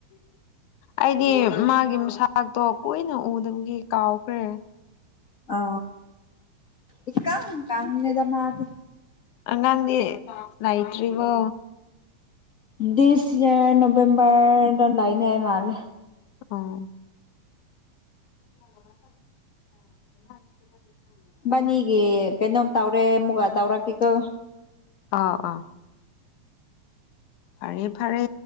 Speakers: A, on the left; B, on the left.
A: ꯑꯩꯗꯤ ꯃꯥꯒꯤ ꯃꯁꯥꯛꯇꯣ ꯀꯨꯏꯅ ꯎꯗꯕꯒꯤ ꯀꯥꯎꯈ꯭ꯔꯦ
B: ꯑ ꯏꯀꯛ ꯀꯛꯋꯦꯗ ꯃꯥꯗꯤ
A: ꯑꯉꯥꯡꯗꯤ ꯂꯏꯇ꯭ꯔꯤꯔꯤꯕꯣ
B: ꯗꯤꯁ ꯌꯥꯔ ꯅꯕꯦꯝꯕꯔꯗ ꯂꯩꯅꯦꯉꯏ ꯃꯥꯂꯦ
A: ꯑꯣ <unintelligible>
B: ꯕꯅꯤꯒꯦ ꯀꯩꯅꯣꯝ ꯇꯧ꯭ꯔꯦ ꯃꯨꯒ ꯇꯧ꯭ꯔꯛꯀꯦꯀꯣ
A: ꯑꯥ ꯑꯥ ꯐꯔꯦ ꯐꯔꯦ